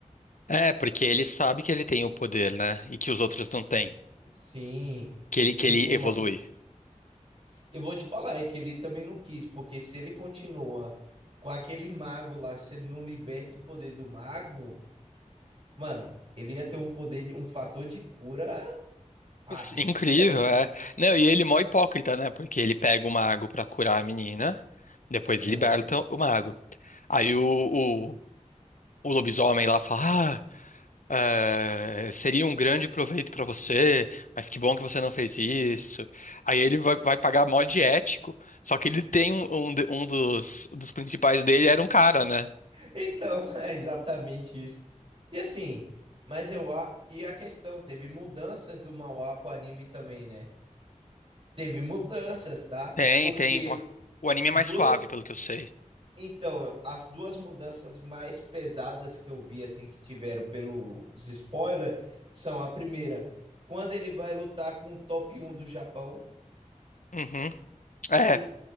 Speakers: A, on the left (about 80°); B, on the right (about 45°).
A: É, porque ele sabe que ele tem o poder, né? E que os outros não têm.
B: Sim,
A: Que ele,
B: e
A: que
B: tipo,
A: ele evolui.
B: mano, eu vou te falar, é que ele também não quis, porque se ele continua com aquele mago lá, se ele não liberta o poder do mago, mano, ele ia ter um poder, de- um fator de cura absurdo.
A: Sim, Incrível, é. Não, e ele é mó hipócrita, né? Porque ele pega o mago pra curar a menina, depois
B: Aham.
A: liberta o mago. Aí o, o, o lobisomem lá fala, ah, eh, seria um grande proveito para você, mas que bom que você não fez isso. Aí ele vai, vai pagar mó de ético, só que ele tem um, um, de- um dos, dos principais dele era um cara, né?
B: Então, <laughs> é exatamente isso. E assim, mas eu, a- e a questão, teve mudanças do manhwa pro anime também, né? Teve mudanças, tá?
A: Tem,
B: Porque
A: tem. O o anime
B: duas,
A: é mais suave, pelo que eu sei.
B: Então, as duas mudanças mais pesadas que eu vi, assim, que tiveram pelos spoilers, são a primeira, quando ele vai lutar com o top um do Japão,
A: Uhum. É,
B: que